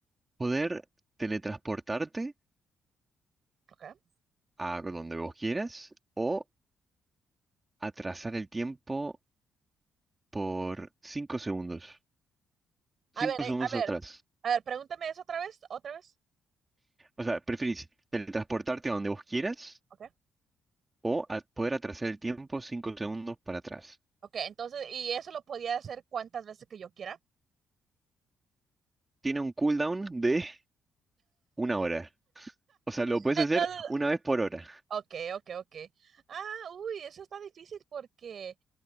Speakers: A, on the right (about 20°); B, on the right (about 55°).
A: ¿Poder teletransportarte
B: Ok.
A: a donde vos quieras o atrasar el tiempo por 5 segundos?
B: A
A: cinco
B: ver, eh,
A: segundos
B: a
A: atrás.
B: ver, a ver, pregúntame eso otra vez, otra vez.
A: O sea, ¿preferís teletransportarte a donde vos quieras
B: Ok.
A: o a- poder atrasar el tiempo 5 segundos para atrás?
B: Ok, entonces, y eso lo podía hacer cuantas veces que yo quiera.
A: Tiene un cooldown de una hora. O sea, lo puedes
B: Entonces,
A: hacer una vez por hora.
B: ok, ok, ok. Ah, uy, eso está difícil porque